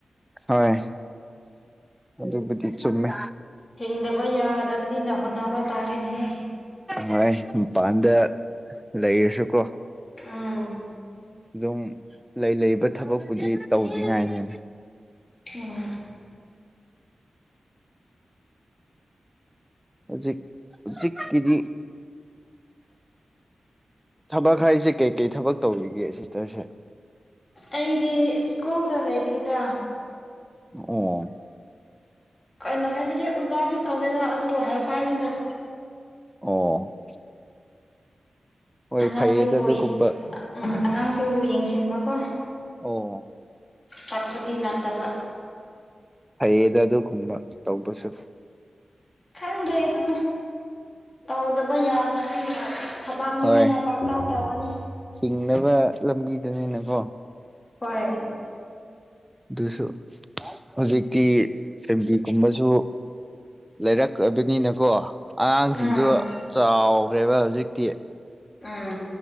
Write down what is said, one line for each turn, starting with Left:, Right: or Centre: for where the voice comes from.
Centre: ꯍꯣꯏ ꯑꯗꯨꯕꯨꯗꯤ ꯆꯨꯝꯃꯦ
Left: ꯊꯤꯡꯗꯕ ꯌꯥꯗꯕꯅꯤ ꯅ ꯍꯣꯋꯥ ꯇꯥꯔꯦꯅꯦꯍꯦ
Centre: ꯍꯣꯏ ꯃꯄꯥꯟꯗ ꯂꯩꯔꯁꯨꯀꯣ
Left: ꯑꯥ
Centre: ꯑꯗꯨꯝ ꯂꯩ ꯂꯩ ꯊꯕꯛꯄꯨꯗꯤ ꯇꯧꯗ꯭ꯉꯥꯏꯅꯦ
Left: ꯎꯝ
Centre: ꯍꯧ ꯎꯆꯛ ꯎꯆꯛ ꯀꯗꯤ ꯊꯕꯛ ꯍꯥꯏꯔꯤꯁꯦ ꯀꯩꯀꯩ ꯊꯕꯛ ꯇꯧꯔꯤꯒꯦ ꯁꯤꯁꯇꯔꯁꯦ
Left: ꯑꯩꯗꯤ ꯁ꯭ꯀꯨꯜꯗ ꯂꯩꯕꯅꯤꯗ
Centre: ꯑꯣ
Left: ꯀꯩꯅꯣ ꯍꯥꯏꯕꯗꯤ ꯑꯣꯖꯥꯗꯤ ꯇꯧꯗꯦꯗ ꯑꯗꯨꯔ ꯄꯥꯔꯅꯤꯗ
Centre: ꯑꯣ ꯍꯣꯏ
Left: ꯑꯉꯥꯡꯁꯤꯡꯕꯨ
Centre: ꯐꯩꯌꯦꯗ ꯑꯗꯨꯒꯨꯝꯕ
Left: ꯎꯝ ꯑꯉꯥꯡꯁꯤꯡꯕꯨ ꯌꯦꯡꯁꯤꯟꯕ ꯀꯣ
Centre: ꯑꯣ
Left: ꯇꯛꯄꯗꯤ ꯅꯠꯇꯕ
Centre: ꯂꯩꯦꯗ ꯑꯗꯨꯒꯨꯝꯕ ꯇꯧꯕꯁꯨ
Left: ꯈꯪꯗꯦ ꯑꯗꯨ ꯇꯧꯗꯕ ꯌꯥꯗꯕꯗꯤ ꯃꯥ ꯊꯕꯛꯅꯤ
Centre: ꯍꯣꯏ
Left: ꯍꯥꯏꯅ ꯄꯥꯡꯇꯥꯎ ꯇꯧꯒꯅꯤ
Centre: ꯍꯤꯡꯅꯕ ꯂꯝꯕꯤꯗꯨꯅꯤꯅꯀꯣ
Left: ꯍꯣꯏ
Centre: ꯑꯗꯨꯁꯨ ꯍꯧꯖꯤꯛꯇꯤ ꯐꯕꯤꯒꯨꯝꯕ ꯁꯨ ꯂꯩꯔꯛꯕꯅꯤꯅꯀꯣ ꯑꯉꯥꯡꯁꯤꯡꯁꯨ
Left: ꯎꯝ
Centre: ꯆꯥꯎ ꯦꯕ ꯍꯧꯖꯤꯛꯇꯤ
Left: ꯑꯥ